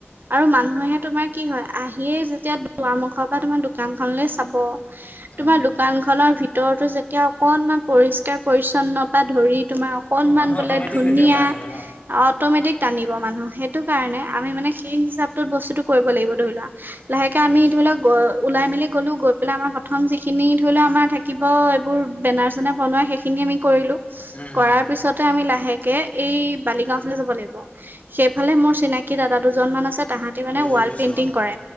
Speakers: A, on the right; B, on the left.
A: আৰু মানুহে তোমাৰ কি হয় আহিয়ে যেতিয়া দুৱাৰমুখৰ পৰা তোমাৰ দোকানখনলৈ চাব।
B: অ',
A: তোমাৰ দোকানখনৰ ভিতৰ ভিতৰতো যেতিয়া অকণমান পৰিষ্কাৰ পৰিছন্নতা ধৰি তোমাৰ অকণমান
B: অ', মানুহ
A: বোলে
B: অট'মেটিক
A: ধুনীয়া।
B: তেতিয়া আহিব ন?
A: অটমেটিক টানিব মানুহ সেইটো কাৰণে আমি মানে সেই হিচাপটোত বস্তুটো কৰিব লাগিব ধৰি লোৱা। লাহেকৈ
B: বুজিছোঁ
A: আমি ধৰি লওঁক
B: অ'।
A: গ ওলাই মেলি গ'লোঁ গৈ পেলাই আমাৰ প্ৰথম যিখিনি ধৰি লওক আমাৰ থাকিব এইবোৰ বেনাৰ চেনাৰ বনোৱা সেই খিনি আমি কৰিলো
B: উম, হুম,
A: কৰাৰ
B: হুম,
A: পিছতে আমি লাহেকে এই বালিগাওঁ ফালে যাব লাগিব। সেইফালে মোৰ চিনাক কি দাদা দুজন মান আছে তাহাঁতি মানে
B: বুজিছোঁ
A: ৱাল
B: বুজিছোঁ
A: পেইণ্টিং
B: অ'।
A: কৰে।